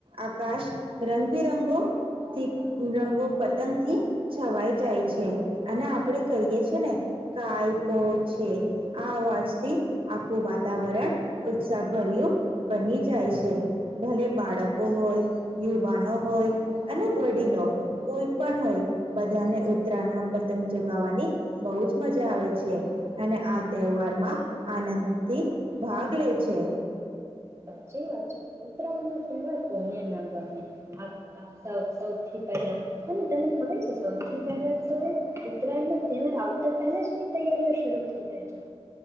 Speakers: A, on the right; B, on the right.
A: આકાશ રંગબિરંગો થી રંગો પતંગ થી છવાઈ જાય છે અને આપડે કહીએ છે ને કાયપોછે આ અવાજથી આખું વાતાવરણ ઉત્સાહભર્યું બની જાય છે. ભલે બાળકો હોય, યુવાનો હોય અને વડીલો કોઈ પણ હોય બધાને ઉત્તરાયણમાં પતંગ ચગાવવાની બહુ જ મજા આવે છે અને આ તહેવારમાં આનંદથી ભાગ લે છે.
B: સાચી વાત છે. ઉત્તરાયણ નો તહેવાર કોને ના ગમે. અ આ સૌ સૌથી પહેલા અને તને ખબર છે સૌથી પહેલા તો ઉત્તરાયણ નો તહેવાર આવતા પહેલા જ એની તૈયારીઓ શરૂ થઈ જાય છે.